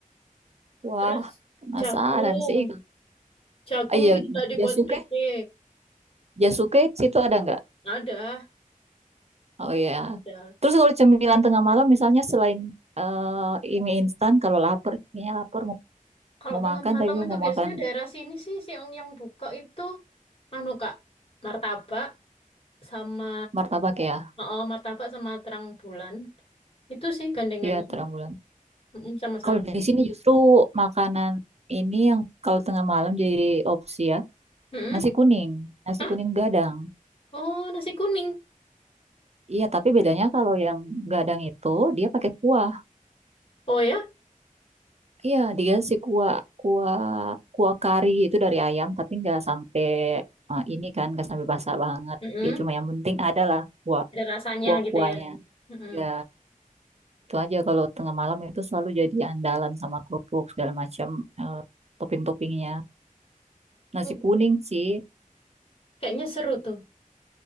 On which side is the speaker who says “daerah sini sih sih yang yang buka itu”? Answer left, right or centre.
Left